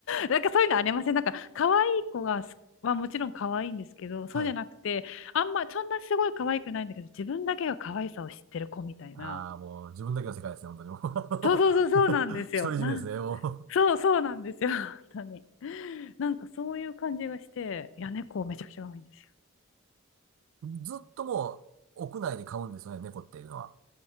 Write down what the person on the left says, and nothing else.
なんかそういうのありません。なんか可愛い子がす、はもちろん可愛いんですけど、そうじゃなくて、
あんま、そんなすごい可愛くないんだけど、自分だけが可愛さを知ってる子みたいな。
そうそうそう、
そうなんですよ。
なん
そうそうなんですよ、本当に。なんかそういう感じがして、いや、猫めちゃくちゃ可愛いんですよ。